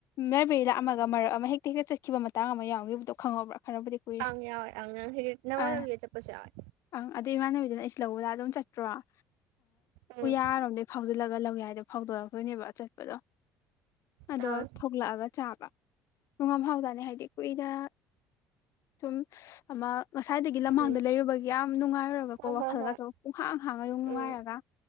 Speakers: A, on the left; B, on the right.
A: ꯃꯦꯕ꯭ꯔꯦꯔꯤ ꯂꯥꯛꯑꯝꯃꯒ ꯃꯔꯛ ꯑꯃ ꯍꯦꯛꯇ-ꯍꯦꯛꯇ ꯆꯠꯈꯤꯕ ꯃꯇꯥꯡ ꯑꯃ ꯌꯥꯎꯒꯤꯕꯗꯣ ꯈꯪꯍꯧꯕ꯭ꯔꯥ ꯈꯔꯕꯨꯗꯤ ꯀꯨꯏꯔꯦ
B: ꯑꯪ ꯌꯥꯎꯋꯦ ꯑꯪ ꯌꯥꯎꯋꯦ ꯍꯦꯔꯤꯠ ꯅꯪ ꯉꯥꯔꯒ
A: ꯑ
B: ꯍꯦꯛꯇ ꯆꯠꯄꯥꯁꯨ ꯌꯥꯎꯋꯦ
A: ꯑꯪ ꯑꯗꯨ ꯏꯃꯥꯟꯅꯕꯤꯗꯨꯅ ꯑꯩꯁꯤ ꯂꯧꯕ ꯂꯥꯛ ꯑꯗꯨꯝ ꯆꯠꯇ꯭ꯔꯣ ꯑꯥ
B: ꯎꯝ
A: ꯎꯌꯥꯔꯣꯝꯗꯩ ꯐꯥꯎꯖꯤꯜꯂꯒ ꯂꯧ ꯌꯥꯏꯗꯥ ꯐꯥꯎꯗꯣꯛꯔꯛꯇꯣꯏꯅꯦꯕ ꯑꯥꯆꯠꯄꯗꯣ ꯑꯗꯣ
B: ꯑꯥ
A: ꯊꯣꯛꯂꯛꯑꯒ ꯆꯥꯕ ꯅꯨꯡꯉꯥꯝ ꯍꯥꯎꯖꯥꯅꯤ ꯍꯥꯏꯗꯤ ꯀꯨꯏꯅ ꯁꯨꯝ ꯑꯃ ꯉꯁꯥꯏꯗꯒꯤ ꯂꯝꯍꯥꯡꯗ
B: ꯎꯝ
A: ꯂꯩꯔꯨꯕꯒꯤ ꯌꯥꯝ ꯅꯨꯡꯉꯥꯏꯔꯨꯔꯒꯀꯣ
B: ꯍꯣꯏ ꯍꯣꯏ
A: ꯋꯥꯈꯜꯒꯗꯣ
B: ꯍꯣꯏ
A: ꯄꯨꯡꯍꯥꯡ-ꯍꯥꯡꯉꯥꯒ ꯌꯣꯝ ꯅꯨꯡꯉꯥꯏꯔꯒ
B: ꯎꯝ